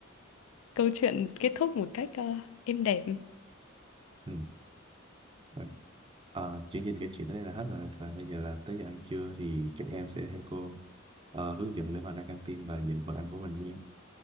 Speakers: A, on the left; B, on the right.
A: câu chuyện kết thúc một cách ờ, êm đẹp.
B: Ừ, rồi. Ờ, chương trình kể chuyện tới đây là hết rồi và bây giờ là tới giờ ăn trưa thì các em sẽ theo cô ờ, hướng dẫn để mà ra căng tin và nhận phần ăn của mình nha.